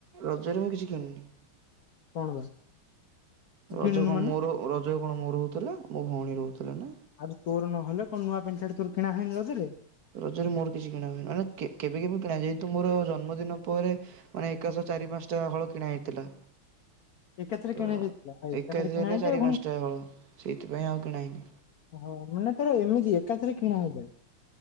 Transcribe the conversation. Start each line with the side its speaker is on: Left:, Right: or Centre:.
Right: ରଜରେ ମୁ କିଛି କିଣିନି।
Left: କଣ ବା ତୁ
Right: ରଜ
Left: କିଣିନୁ
Right: କଣ
Left: ମାନେ?
Right: ମୋର ରଜ କଣ ମୋର ରହୁଥିଲା ମୋ ଭଉଣୀ ରହୁଥିଲା ନା
Left: ଆଉ ତୋର ନହେଲେ କଣ ନୂଆ ପ୍ୟାଣ୍ଟ ସାର୍ଟ ତୋର କିଣା ହେଇନ ରଜରେ
Right: ରଜରେ ମୋର କିଛି କିଣା ହୁଏନି ମାନ କେବେ କେବେ କିଣା ଯେହେତୁ ମୋର ଜନ୍ମଦିନ ପରେ ମାନେ ଏକାଶହ ଚାରି ପାଞ୍ଚ ଟା ହଳ କିଣା ହେଇଥିଲା।
Left: ଏକଥରେ
Right: ତ
Left: କିଣା ଯାଇଥିଲା ଏକଥରେ
Right: ଏକାଥରେ
Left: କିଣା ହେଇଛି
Right: ଚାରି
Left: ପୁଣି
Right: ପାଞ୍ଚଟା ହଳ ସେଇଥିପାଇଁ ଆଉ କିଣା ହେଇନି।
Left: ହଁ ମାନେ ତର ଏମିତି ଏକାଥରେ କିଣା ହେଇଯାଏ